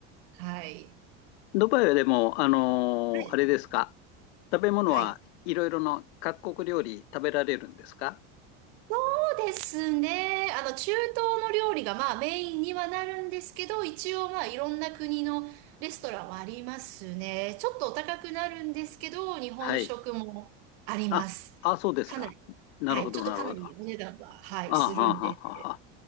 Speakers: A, on the right; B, on the left.
A: はい。
B: ドバイはでも、あのーあれですか。
A: はい。
B: 食べ物はいろいろな各国料理食べられるんですか
A: はい。そうですね。あの、中東の料理がまあメインにはなるんですけど、一応まあいろんな国のレストランはありますね。ちょっとお高くなるんですけど、日本食もあります。
B: はい。あ、あ、そうですか。
A: かなり、
B: なるほど、
A: はい、ちょっとかなりお値段は、
B: なるほど。あ
A: はい、
B: あ、
A: するんです
B: はあ、はあ、はあ。